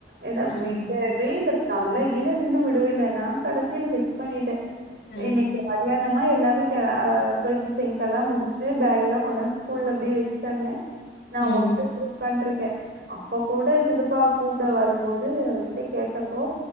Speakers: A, on the right (about 60°); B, on the left (about 70°).
A: எதா
B: ஆ
A: விடவே இல தலைகில நின்னு விடவே இல்ல நான் கடைசியில ஃபிக்ஸ் பண்ணிட்டேன்
B: ஆ ம்
A: இன்னைக்கு மதியானொ ம்மா எல்லாரும் க பர்ச்சேசிங் எல்லாம் முடிச்சு பேக் எல்லாம் கொண்டு வந்து ஸ்கூல்ல அப்படியே வெச்சுட்டாங்க நான்
B: ம்
A: மொட்டக் உக்காண்ட்ரு அப்ப கூட சித்தபா கூப்பிட வரும்போது அவர்கிட்ட கேட்டப்போ